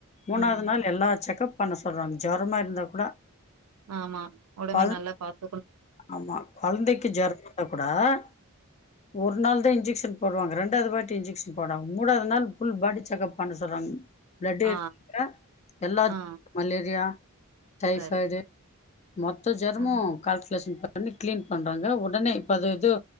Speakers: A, on the left; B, on the right.
A: மூணாவது
B: ம்.
A: நாள் எல்லா செக்கப் பண்ண சொல்றாங்க ஜோரமா இருந்தா கூட
B: ஆமா உடம்ப
A: கொழ
B: நல்லா பாத்
A: ஆமா கெழந்திக்கு ஜோரோ வந்தா கூட ஒரு ஒரு நாள் தா இன்ஜெக்கிஷன் போவாங்க ரெண்டாவது வாட்டி இன்ஜெக்கிஷன் போடுராங்க மூணாவது நாள் புல் பாடி செக் அப் பண்ண சொல்றாங்க பிளேட்
B: ஆ,
A: எடுத்துகுட்ட எல்லா
B: ஆ.
A: மலேரியா டைபாய்டு
B: சரி.
A: மொத்த ஜோரோம்மு
B: ம்.
A: பண்ணி கிளீன் பண்றாங்க ஒடனே இப்ப அது இது